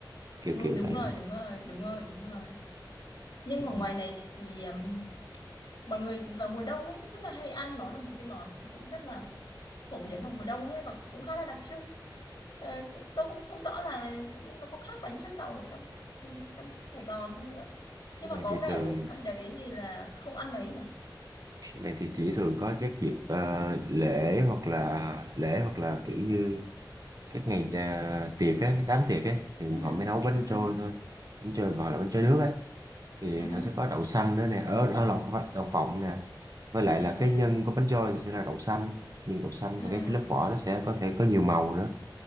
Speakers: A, on the right; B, on the left.
A: kiểu
B: Ừ,
A: kiểu
B: đúng
A: vậy
B: rồi
A: đúng không
B: đúng rồi đúng rồi đúng rồi Nhưng
A: ừ.
B: ở ngoài này thì um, mọi người vào mùa đông ấy rất là hay ăn nó là một cái món cũng rất là phổ biến vào mùa đông ấy và cũng khá là đặc trưng. Ờ, cũng tôi cũng không rõ là nó có khác bánh trôi tàu ở trong ừ, trong Sài Gòn không nữa. Nhưng
A: Trong
B: mà
A: này
B: có
A: thì
B: vẻ
A: thường
B: ở trong đấy thì là không ăn mấy nhỉ?
A: trong này thì chỉ thường có các dịp ờ, lễ hoặc là lễ hoặc là kiểu như các ngày à, tiệc á đám tiệc á thì
B: Ừ hứ,
A: họ mới nấu bánh
B: ừ hứ,
A: trôi thôi bánh trôi gọi là bánh trôi
B: ừ hứ,
A: nước á thì
B: ừ hứ,
A: nó sẽ có đậu xanh nữa nè ở đó là không phải đậu phộng nè với lại
B: ừ,
A: là cái nhân của bánh trôi thì sẽ là đậu xanh nhưng đậu xanh
B: ừ,
A: và
B: ừ,
A: cái lớp vỏ nó sẽ có thể có nhiều màu nữa